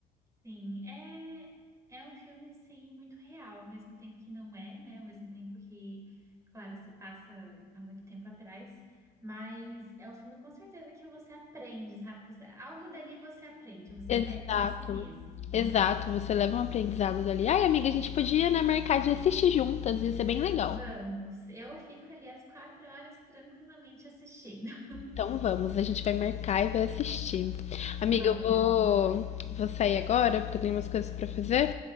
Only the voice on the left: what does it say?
Exato.
Exato. Você leva um aprendizado dali. Ai, amiga, a gente podia, né, marcar de assistir juntas. Ia ser bem legal.
Então vamos, a gente vai marcar e vai assistir. Amiga,
eu vou, vou sair agora, porque eu tenho umas coisas pra fazer.